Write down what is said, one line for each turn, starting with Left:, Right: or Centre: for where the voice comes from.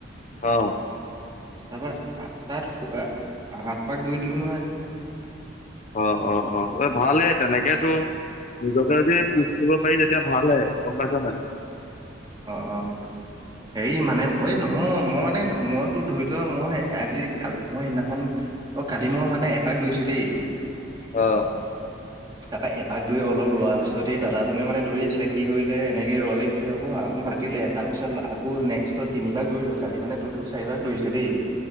Left: অ',
Right: তাৰপা তাত হাত পাক দৈৰি দিলো নহয় আজি।
Left: অ', অ', অ', ভালেই তেনেকেতো নিজকে যদি পুশ কৰিব পাৰি তেতিয়া ভালেই। গম পাইছোঁ নাই?
Right: অ', অ', হেৰি মানে এই নহয় মই মানে মইতো ধৰি লোৱা মই আজি কালি মই সেইদিনাখন অ কালি মই মানে এপাক দৰিছো দেই
Left: অহ।
Right: তাৰপা এপাক দৌৰি অলপ ৰোৱাৰ পিছত সেই দাদাজনে মানে দৌৰি আছিলে সি কৰিলে এনেকে ৰলে কি হব অ আকৌ মাতিলে তাৰপিছত আকৌ নেক্সটত তিনিপাক দৌৰিলো কালি মানে টোটেল চাৰিপাক দৌৰিছোঁ দেই।